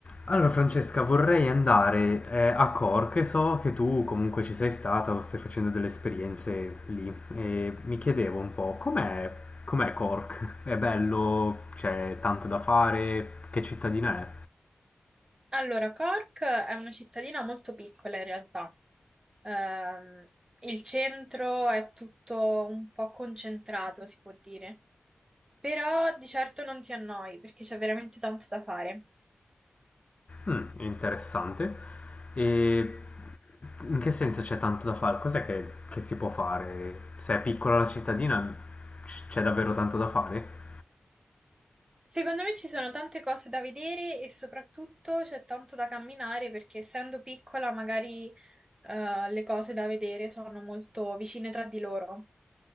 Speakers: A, on the left (about 30°); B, on the right (about 20°).
A: Allora Francesca, vorrei andare eh, a Cork, so che tu comunque ci sei stata o stai facendo delle esperienze lì e mi chiedevo un po' com'è, com'è Cork? È bello? C'è tanto da fare? Che cittadina è?
B: Allora, Cork è una cittadina molto piccola in realtà. Ehm, il centro è tutto un po' concentrato, si può dire, però di certo non ti annoi perché c'è veramente tanto da fare.
A: Mm, interessante. E in che senso c'è tanto da fare? Cos'è che, che si può fare? Se è piccola la cittadina c- c'è davvero tanto da fare?
B: Secondo me ci sono tante cose da vedere e soprattutto c'è tanto da camminare perché essendo piccola magari eh, le cose da vedere sono molto vicine tra di loro.